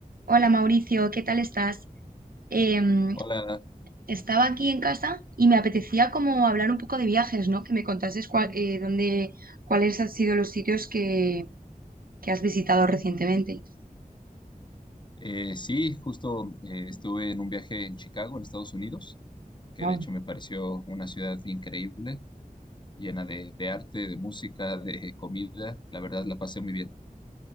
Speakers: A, on the right; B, on the left.
A: Hola Mauricio, ¿qué tal estás? Em,
B: Hola,
A: estaba aquí en casa y me apetecía como hablar un poco de viajes, ¿no? Que me contases cuál, eh, dónde, cuáles han sido los sitios que, que has visitado recientemente.
B: eh, sí, justo eh, estuve en un viaje en Chicago, en Estados Unidos, que
A: Wow,
B: de hecho me pareció una ciudad increíble, llena de, de arte, de música, de comida. La verdad la pasé muy bien.